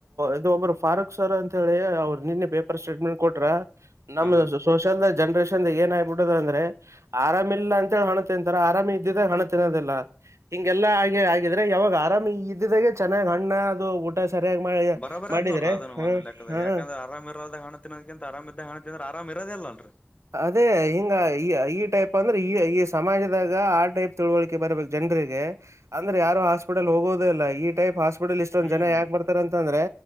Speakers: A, on the right; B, on the left.
A: ಇದು ಒಬ್ರು ಫಾರೂಕ್ ಸರ್ ಅಂತ ಹೇಳಿ ಅವರು ನಿನ್ನೆ ಪೇಪರ್ ಸ್ಟೇಟ್ಮೆಂಟ್ ಕೊಟ್ರ ನಮ
B: ಹಾ
A: ಸೋಷಲ್ ಜನ್ರೇಷನ್ ಏನ ಆಗಿಬಿಡದ ಅಂದ್ರೆ ಆರಾಮ ಇಲ್ಲ ಅಂತ ಹೇಳಿ ಹಣ ತಿಂತಾರ ಆರಾಮ್ ಇದ್ದಿದ್ರೆ ಹಣ ತಿನ್ನೋದಿಲ್ಲ ಹಿಂಗೆಲ್ಲಾ ಆಗಿ ಆಗಿದ್ರೆ ಯಾವಾಗ ಆರಾಮಿ ಇದ್ದಿದಾಗೆ ಚೆನ್ನಾಗ್ ಹಣ್ಣ ಅದು ಊಟ ಸರಿಯಾಗಿ ಮಾಡಿ
B: ಬರಾರ್
A: ಮಾಡಿದ್ರೆ
B: ಅದ ನೋಡ್ರ ಅದನು ಒ
A: ಹಾ
B: ಲೆಕ್ಕದ ಯಾಕಂದ್ರೆ
A: ಹಾ
B: ಆರಾಮ ಇರದ ಹಣ ತಿನ್ನೋದಕ್ಕಿಂತ ಆರಾಮಾಗ ಹಣ ಅ್ರೆ ಆರಾಮ ಕರೇರಲ್ಲಾ ರೀ
A: ಅದೇ ಹಿಂಗ ಈ ಈ ಟೈಪ್ ಅಂದ್ರೆ ಈ ಈ ಸಮಾಜದಾಗ ಆ ಟೈಪ್ ತಿಳುವಳಿಕೆ ಬರ್ಬೇಕು ಜನ ಅಂದ್ರೆ ಯಾರು ಹಾಸ್ಪಿಟಲ್ ಹೋಗೋದ ಇಲ್ಲ ಈ ಟೈಪ್ ಹಸ್ ಇಷ್ಟೊಂದ
B: ಹ್ಮ್
A: ಜನ ಯಾಕೆ ಬರ್ತಾರೆ ಅಂತಂದ್ರೆ